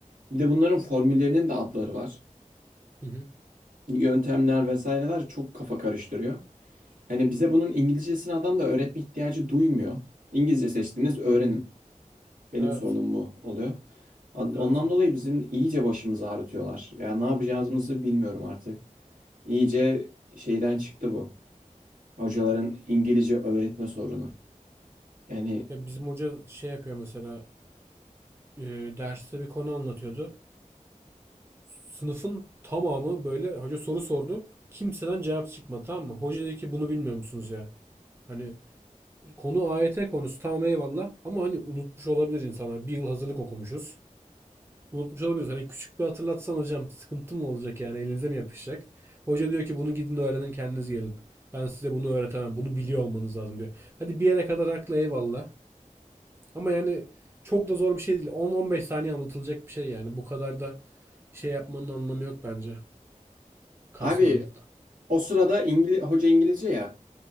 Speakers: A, on the right; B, on the right.
A: Bir de bunların formüllerinin de adları var.
B: Hı hı.
A: Yöntemler vesaireler çok kafa karıştırıyor. Hani bize bunun İngilizcesini adam da öğretme ihtiyacı duymuyor. İngilizce seçtiğiniz öğrenin. Benim
B: Evet.
A: sorunum mu oluyor. An-
B: Evet.
A: Ondan
B: evet.
A: dolayı bizim iyice başımızı ağrıtıyorlar. Ya ne yapacağımızı bilmiyorum artık. İyice şeyden çıktı bu. Hocaların İngilizce öğretme sorunu. Yani
B: Ya bizim hoca şey yapıyor mesela e, derste bir konu anlatıyordu. Sınıfın tamamı böyle hoca soru sordu. Kimseden cevap çıkmadı tamam mı? Hoca dedi ki bunu bilmiyor musunuz ya? Hani konu AYT konusu tamam eyvallah ama hani unutmuş olabilir insanlar. Bir yıl hazırlık okumuşuz. Unutmuş olabiliriz. Hani küçük bir hatırlatsan hocam sıkıntı mı olacak yani elinize mi yapışacak? Hoca diyor ki bunu gidin öğrenin kendiniz gelin. Ben size bunu öğretemem. Bunu biliyor olmanız lazım diyor. Hadi bir yere kadar haklı eyvallah. Ama yani çok da zor bir şey değil. On on beş saniye anlatılacak bir şey yani. Bu kadar da şey yapmanın anlamı yok bence. Kasmanın.
A: abi o sırada İngil hoca İngilizce ya.